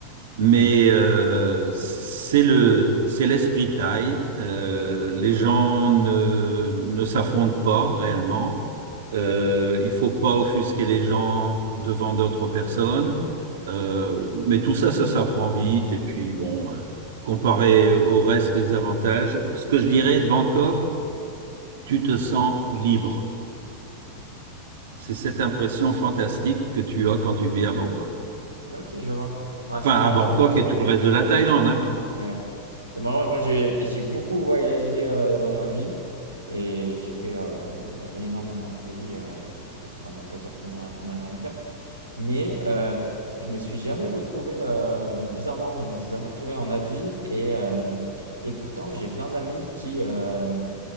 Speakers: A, on the right; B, on the right.
A: Mais euh, c'est le, c'est l'esprit thaï. Euh, les gens ne, ne s'affrontent pas réellement. Euh, il faut pas offusquer les gens devant d'autres personnes. Euh, mais tout ça, ça s'apprend vite. Et puis, bon, euh, comparé au reste des avantages, ce que je dirais de Bangkok, tu te sens libre. C'est cette impression fantastique que tu as quand tu vis à Bangkok.
B: Ok, je vois. Ah, c'est
A: Enfin,
B: marrant.
A: à Bangkok et tout le reste de la Thaïlande, hein.
B: Ouais. C'est marrant, moi j'ai j'ai beaucoup voyagé euh, dans ma vie et j'ai fait euh, énormément de pays, euh, je ne saurais même pas dire combien, combien j'en ai fait, mais euh, je me suis jamais retrouvé, euh, bizarrement, je me suis jamais retrouvé en Asie et, euh, et pourtant j'ai plein d'amis qui, euh,